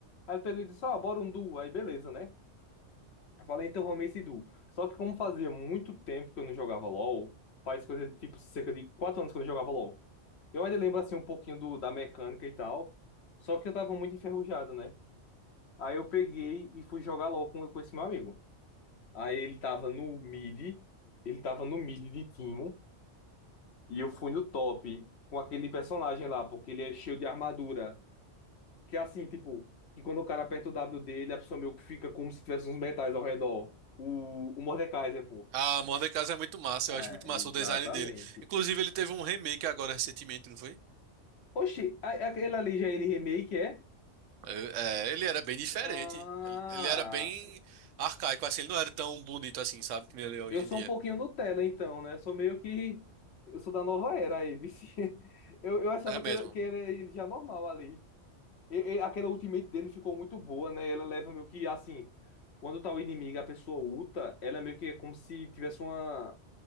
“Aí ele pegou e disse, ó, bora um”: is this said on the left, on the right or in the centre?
Left